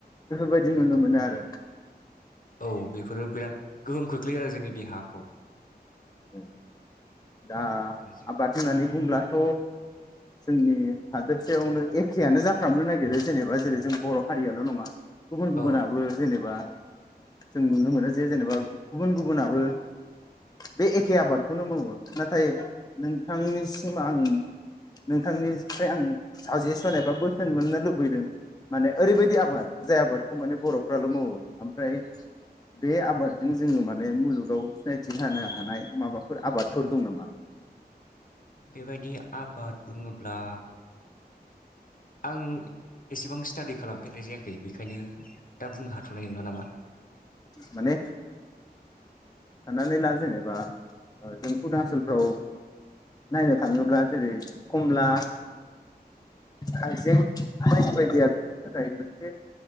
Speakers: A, on the left; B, on the left.
A: बेफोरबायदि नुनो मोनो आरो
B: औ बेफोरो बिराद गोहोम खोख्लैयो आरो जोंनि देहाखौ
A: औ दा
B: गाज्रि।
A: आबाद होननानै बुंब्लाथ' जोंनि हादोरसायावनो एखेयानो जाफ्रामनो नागिरो जेनेबा जेरै जों बर' हारियाल' नङा गुबुन गुबुनाबो
B: औ
A: जेनेबा जों नुनो मोनो जे जेनेबा गुबुन गुबुनाबो बे एखे आबादखौनो मावो नाथाय नोंथांनिसिम आं नोंथांनिफ्राय आं आं साजेसन एबा बोसोन मोननो लुबैदों माने ओरैबायदि आबाद जाय आबादखौ माने बर'फ्राल' मावो ओमफ्राय बे आबादजों जोङो माने मुलुगाव सिनायथि होनो हानाय माबाफोर आबाद फोर दं नामा
B: बेबायदि आबाद बुङोब्ला आं एसेबां स्टाडि खालामफेरनाय जायाखै बेखायनो दा बुंनो हाथ' थ'नाय नङा नामा
A: माने साननानै ला जेनेबा जों अरुनााचलफ्राव नायनो थाङोब्ला जेरै कमला हायजें बायदि बायदिया बिनि थाखाय मोनसे